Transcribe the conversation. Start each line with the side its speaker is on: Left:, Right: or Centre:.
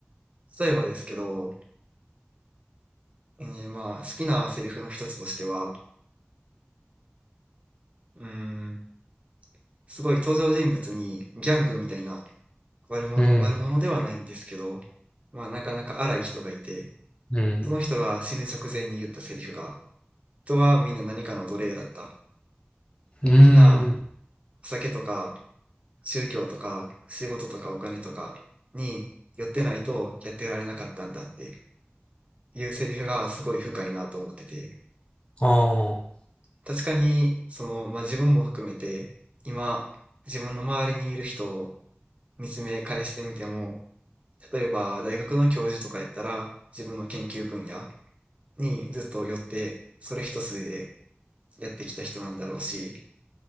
Right: 例えばですけど、えー、まあ、好きなセリフの一つとしては、うーん、すごい登場人物にギャングみたいな悪者、
Left: うん。
Right: 悪者ではないんですけど、まあ、なかなか荒い人がいて、
Left: うん。
Right: その人が死ぬ直前に言ったセリフが、人はみんな何かの奴隷だった。
Left: うーん。
Right: みんな、お酒とか、宗教とか、仕事とかお金とかに寄ってないとやってられなかったんだっていうセリフがすごい深いなと思ってて、
Left: ああ、
Right: 確かに、その、まあ、自分も含めて、今、自分の周りにいる人見つめ返してみても、例えば大学の教授とかやったら、自分の研究分野にずっと寄って、それ一筋でやってきた人なんだろうし、